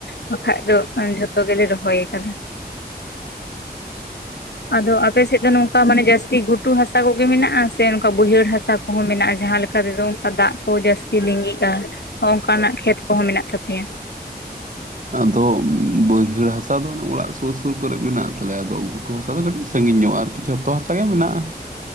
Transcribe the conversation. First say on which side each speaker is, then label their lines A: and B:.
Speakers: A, on the left (about 80°); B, on the right (about 50°).
A: ᱵᱟᱠᱷᱟᱡ ᱫᱚ ᱮᱸ ᱡᱷᱚᱛᱚ ᱜᱮᱞᱮ ᱨᱚᱦᱚᱭ ᱟᱠᱟᱫᱟ᱾ ᱟᱫᱚ ᱟᱯᱮ ᱥᱮᱫ ᱫᱚ ᱱᱚᱝ ᱠᱟ ᱢᱟᱱᱮ ᱡᱟᱹᱥᱛᱤ ᱜᱷᱩᱴᱩ ᱦᱟᱥᱟ ᱠᱚᱜᱮ ᱢᱮᱱᱟᱜ-ᱟ ᱥᱮ ᱱᱚᱠᱟ ᱵᱟᱹᱭᱦᱟᱹᱲ ᱦᱟᱥᱟ ᱠᱚᱦᱚᱸ ᱢᱮᱱᱟᱜ-ᱟ ᱡᱟᱦᱟᱸ ᱞᱮᱠᱟ ᱨᱮᱫᱚ ᱚᱱᱠᱟ ᱫᱟᱜᱽ ᱠᱚ ᱡᱟᱹᱥᱛᱤ ᱞᱤᱸᱜᱤᱜᱼᱟ, ᱟᱱᱠᱟᱱᱟᱜ ᱠᱷᱮᱛ ᱠᱚᱦᱚᱸ ᱢᱮᱱᱟᱜ ᱛᱟᱯᱮᱭᱟ?
B: ᱟᱫᱚ ᱵᱟᱹᱭᱦᱟᱹᱲ ᱦᱟᱥᱟ ᱫᱚ ᱚᱱᱮ ᱚᱲᱟᱜ ᱥᱩᱨ ᱥᱩᱨ ᱠᱚᱨᱮᱜ ᱢᱮᱱᱟᱜ ᱛᱟᱞᱮᱭᱟ ᱟᱫᱚ ᱜᱷᱩᱴᱩ ᱦᱟᱥᱟ ᱫᱚ ᱠᱟᱹᱴᱤᱡ ᱥᱟᱺᱜᱤᱧ ᱧᱚᱜᱼᱟ ᱟᱨᱠᱤ᱾ ᱡᱷᱚᱛᱚ ᱦᱟᱥᱟ ᱜᱮ ᱢᱮᱱᱟᱜᱼᱟ,